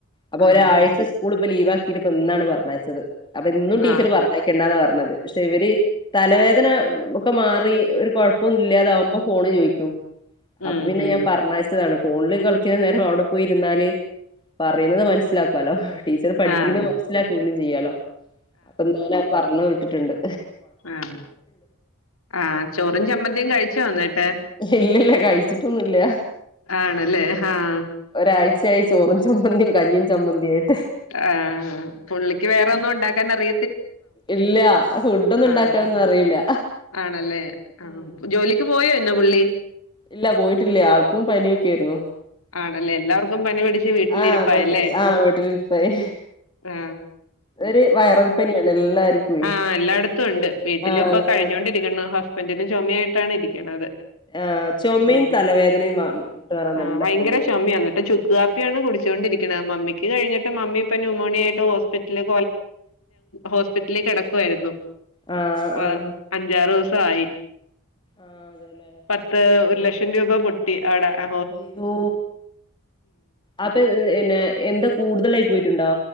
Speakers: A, on the left; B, on the left.
A: അപ്പൊ ഒരാഴ്ച
B: ആഹ്
A: സ്കൂൾ ഇപ്പ ലീവ്ക്കി ഇതിപ്പോം എന്നാണ് പറഞ്ഞയച്ചത് അപ്പൊന്നും ടീച്ചർ
B: ആഹ്
A: പറഞ്ഞയക്കണ്ടന്ന പറ പറഞ്ഞത് പക്ഷെ ഇവര് തലവേദന ഒക്കെ മാറി ഒരു കുഴപ്പൊന്നും ഇല്ലാതാവുമ്പോ ഫോണ് ചോദിക്കും അപ്പൊ
B: ഉം
A: പിന്നെ
B: ഉം
A: ഞാൻ പറഞ്ഞയച്ചതാണ് ഫോണിൽ കളിക്കുന്ന നേരം അവിടെ പോയിരുന്നാല് പറയുന്നത് മനസ്സിലാക്കാലോ ടീച്ചർ പഠിപ്പിക്കുന്നത്
B: ആഹ്
A: മനസിലാക്കെങ്കിലും ചെയ്യാലോ അപ്പൊഎന്തിനാ പറഞ്ഞ ട്ടിട്ടുണ്ട്
B: ആഹ ആഹ ചോറും ചമ്മന്തിയും കഴിച്ചു എന്നിട്ടെ
A: ഇല്ലില്ല കഴിച്ചിട്ടൊന്നുമില്ല
B: ആണല്ലേ ആഹ
A: ഒരാഴ്ചയായി ചോറും ചമ്മന്തിയും കഞ്ഞിയും ചമ്മന്തിയായിട്ട്
B: ആഹ് പുള്ളിക്ക് വേറെ ഒന്നും ഉണ്ടാ ക്കാനറി
A: ഇല്ല ഫുഡ് ഒന്നും ഉണ്ടാക്കാനൊന്നും
B: ആഹ്
A: അറിയില്ല
B: ആണല്ലേ ആ
A: ഉം.
B: ജോലിക്ക് പോയോ പുള്ളി
A: ഇല്ല പോയിട്ടില്ല ആൾക്കും പനിയൊക്കെ ആയിരുന്നു
B: ആണല്ലേ എല്ലാർക്കും പനി പിടിച്ച് വീട്ടിലിരിപ്പായല്ലേ
A: ആ പനി ആ വീട്ടിലിരിപ്പായി
B: ആ
A: ഒരു വൈറൽ പനിയാണ് എല്ലാർക്കുവേ
B: ആ എല്ലായിടത്തും ഉണ്ട് വീട്ടില
A: ആ
B: ഇപ്പ
A: എല്ലായിടത്തും
B: കഴിഞ്ഞോണ്ടിരിക്ക ഹസ്ബന്റിന് കഴിഞ്ഞുചോ പനിയായിട്ടാണ് ഇരിക്കണത്.
A: ആ ചുമയും
B: ഉം
A: തലവേദനയും വ <unintelligible> നല്ല
B: ആഹ് ഭയങ്കര
A: പണിയാണ്
B: ചൊമ ന്നിട്ട് ചുക്ക് കാപ്പിയാണ് കു ചോണ്ടിരിക്ക മമ്മിക്ക് കഴിഞ്ഞിട്ട് മമ്മി ഇപ്പ ന്യുമോണിയ ആയിട്ട് ഹോസ്പിറ്റലിൽ ഹോസ്പിറ്റലിലേ കിടക്കുവായിരുന്നു
A: ആഹ്
B: പ്പൊ
A: ആഹ്
B: അഞ്ചാറ് ദിവ സായി
A: ആഹ് അതെല്ലേ
B: പത്ത് ഒരു ലഷ രൂപ പൊട്ടി ആടെ ആ
A: അയ്യോ അപ്പൊ എൻ ന്നാ എന്താ കൂടുതലായ് പോയിട്ടുണ്ടോ